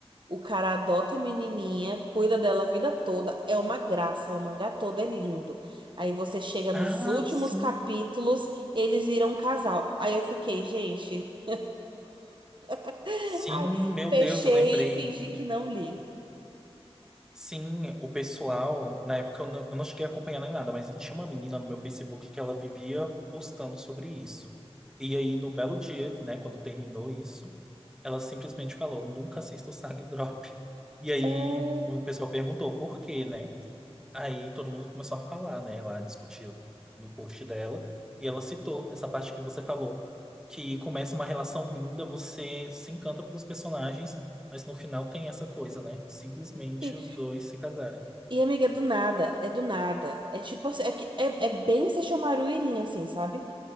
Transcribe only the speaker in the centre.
Ah,
sim.
Sim,
meu
Deus, eu lembrei.
Sim, o pessoal, na época eu não, eu não cheguei a acompanhar nem nada, mas tinha uma menina no meu Facebook que ela vivia postando sobre isso. E aí, no belo dia, né, quando terminou isso, ela simplesmente falou: nunca assista o Sag Drop. E aí,
o pessoal perguntou por quê, né? Aí todo mundo começou a falar, né? Lá discutir no post dela. E ela citou essa parte que você falou, que começa uma relação linda, você se encanta pelos personagens, mas no final tem essa coisa, né? Simplesmente
os dois se casarem.